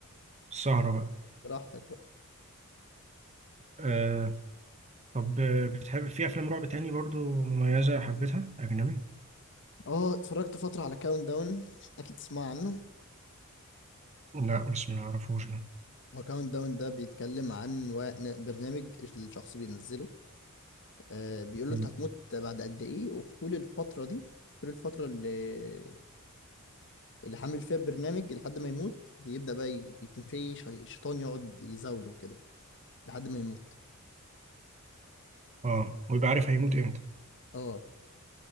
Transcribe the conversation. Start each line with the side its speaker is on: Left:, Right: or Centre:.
Right: السهره بقى
Left: براحتك بقى
Right: أه طب آه، بتحب في افلام رعب تاني برضو مميزه حبيتها اجنبي
Left: اه اتفرجت فترة على كاونت داون اكيد تسمع عنه
Right: لا بس ما اعرفوش ده
Left: هو كاونت داون ده بيتكلم عن وا- برنامج الشخص بينزله آه، بيقول له
Right: مم.
Left: انت هتموت بعد قد ايه وفي طول الفترة دي طول الفترة اللي اللي حامل فيها البرنامج لحد ما يموت بيبدأ بقى ي- يكون في شي- شيطان يقعد يزاوله كده لحد ما يموت
Right: اه ويبقى عارف هيموت امتى
Left: اه